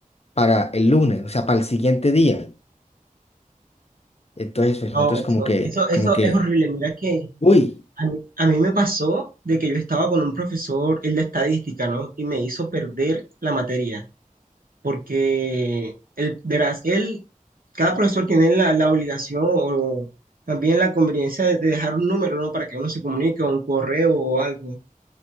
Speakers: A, on the left; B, on the right.
A: para el lunes, o sea, para el siguiente día. Entonces, pues nosotros
B: No,
A: como
B: eso,
A: que
B: eso, eso
A: como que
B: es horrible, mira que...
A: uy,
B: A mí, a mí me pasó de que yo estaba con un profesor, el de estadística, ¿no? Y me hizo perder la materia, porque, él, verás, él, cada profesor tiene la, la obligación o también la conveniencia de, de dejar un número, ¿no? Para que uno se comunique o un correo o algo.